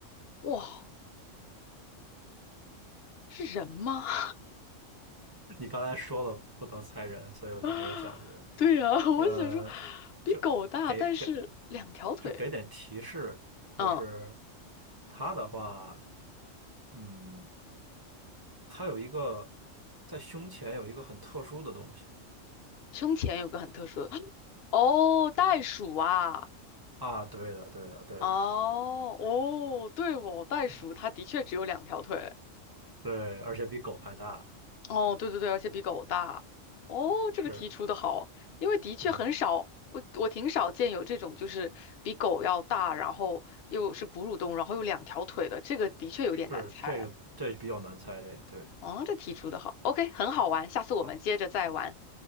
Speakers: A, on the left (about 60°); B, on the right (about 25°).
A: 哇，是人吗？<laughs>
B: 你刚才说了不能猜人，所以我就没有想人。
A: 啊对呀，<laughs> 我想说，
B: 呃，
A: 比狗大，
B: 就给给
A: 但是两条腿。
B: 就给点提示，就是
A: 嗯，
B: 他的话，嗯，他有一个在胸前有一个很特殊的东西
A: 胸前有个很特殊的，<sucks teeth> 哦，袋鼠啊。
B: 啊，对的，对的，对的，
A: 哦哦，对哦，袋鼠它的确只有两条腿。
B: 嗯对，而且比狗还大，
A: 哦，对对对，而且比狗大。哦，这个题出的好，
B: 是
A: 因为的确很少，
B: 是
A: 我我挺少见有这种就是比狗要大，然后又是哺乳动物，然后又两条腿的，这个的确有点难猜。
B: 是这个这比较难猜这个，对，
A: 哦，这题出的好，OK，很好玩，下次我们接着再玩。
B: 好，